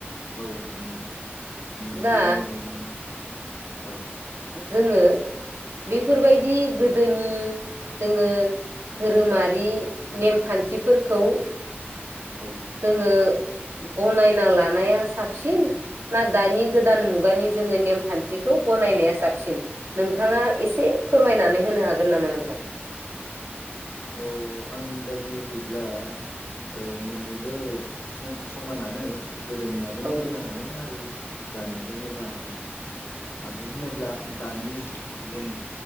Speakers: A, on the left; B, on the right.
A: औ नुनो मोनदों। ओम
B: दा
A: बिदिनो मा औ
B: जोङो बेफोरबायदि गोदोनि जोङो धोरोमारि नेमखान्थिफोरखौ
A: औ
B: जोङो गनायना लानाया साबसिन ना दानि गोदान मुगानि जोङो नेमखान्थिखौ गनायनाया साबसिन नोंथाङा एसे फोरमायनानै होनो हागोन नामा नोंथां?
A: अ आंनि ओ बायदियै होयोब्ला ओ मोननैबो सम समानानो गोदोनियाबो
B: औ
A: मोजाङानो
B: नोंथां
A: आरो दानियिबो मोजाङानो। मानो होनोब्ला दानि जेन